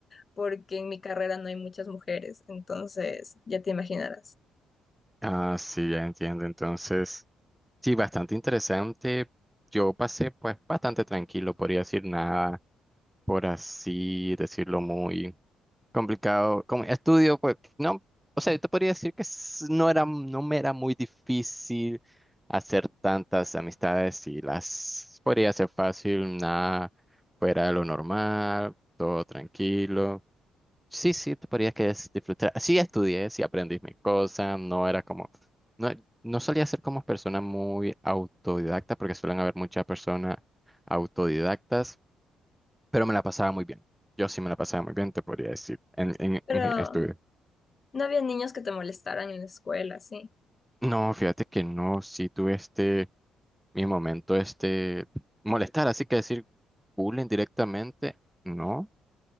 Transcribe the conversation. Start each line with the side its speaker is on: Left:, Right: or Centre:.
Left: porque en mi carrera no hay muchas mujeres, entonces ya te imaginarás.
Centre: Ah, sí, ya entiendo. Entonces, sí, bastante interesante. Yo pasé pues bastante tranquilo, podría decir nada. por así decirlo, muy complicado. Como estudio, pues, no, o sea, yo te podría decir que s- no era, no me era muy difícil hacer tantas amistades y las podría hacer fácil, nada fuera de lo normal, todo tranquilo. Sí, sí, te podría que es disfrutar. Sí estudié, sí aprendí mis cosas, no era como, no, no solía ser como persona muy autodidacta porque suelen haber muchas personas autodidactas pero me la pasaba muy bien. Yo sí me la pasaba muy bien, te podría decir, en, en,
Left: Pero
Centre: en estudio.
Left: no había niños que te molestaran en la escuela, sí.
Centre: No, fíjate que no, sí tuve este, mi momento, este, molestar, así que decir bullying directamente, no,